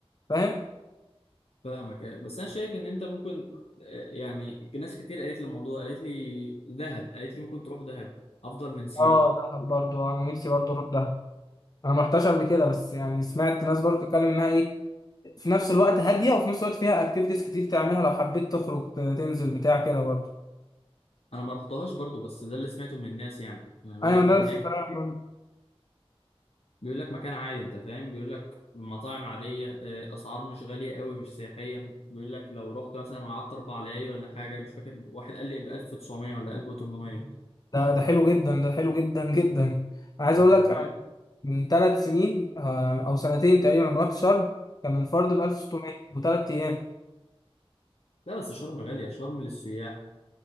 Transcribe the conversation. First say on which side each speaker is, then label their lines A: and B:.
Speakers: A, on the left; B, on the left.
A: فاهم
B: فاهمك آه، بس انا شايف ان انت ممكن آه، يعني ناس كتير قالت لي الموضوع قالت لي دهب قالت لي ممكن تروح دهب افضل من سيوه
A: اه دهب برضو انا نفسي برضو اروح دهب انا ما رحتش قبل كده بس يعني سمعت ناس برضو بتتكلم انها ايه في نفس الوقت هاديه وفي نفس الوقت فيها اكتيفيتيز كتير تعملها لو حبيت تخرج ت- تنزل بتاع كده برضو
B: انا ما رحتهاش برضو بس ده اللي سمعته من الناس يعني يعني بيقول
A: ايوه
B: لك
A: نفس
B: ان هناك
A: الكلام برضو.
B: بيقول لك مكان عادي انت فاهم بيقول لك مطاعم عاديه آه، اسعار مش غاليه قوي مش سياحيه بيقول لك لو رحت مثلا وقعدت اربع ليالي ولا حاجه مش فاكر واحد قال لي ب 1900 ولا 1800
A: ده ده حلو جدا ده حلو جدا جدا انا عايز اقول
B: انت
A: لك
B: فاهم
A: انا من ثلاث سنين آه، او سنتين تقريبا لما رحت شرم كان الفرد ب 1600 وثلاث ايام
B: لا بس شرم غالية شرم للسياح